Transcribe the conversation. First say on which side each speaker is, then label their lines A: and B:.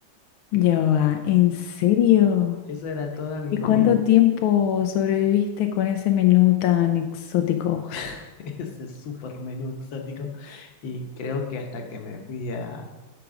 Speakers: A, on the left; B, on the left.
A: Ya va, ¿en serio?
B: Esa era toda mi
A: ¿Y
B: comida,
A: cuánto tiempo sobreviviste con ese menú tan exótico
B: <laughs> ese super menú exótico. Y creo que hasta que me fui a,